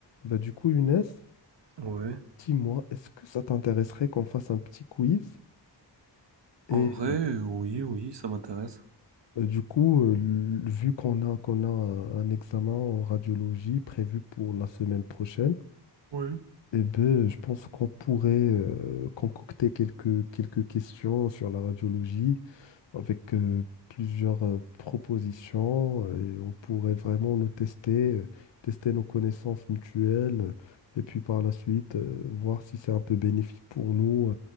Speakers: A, on the left; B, on the right.
A: Bah, du coup, Younes,
B: Ouais.
A: dis-moi, est-ce que ça t'intéresserait qu'on fasse un petit quiz?
B: En
A: Et
B: vrai,
A: euh,
B: euh, oui, oui, ça m'intéresse.
A: bah, du coup, euh, l- vu qu'on a, qu'on a un examen en radiologie prévu pour la semaine prochaine,
B: Oui.
A: eh ben, je pense qu'on pourrait euh, concocter quelques, quelques questions sur la radiologie avec euh, plusieurs euh, propositions euh, et on pourrait vraiment nous tester, euh, tester nos connaissances mutuelles euh, et puis par la suite euh, voir si c'est un peu bénéfique pour nous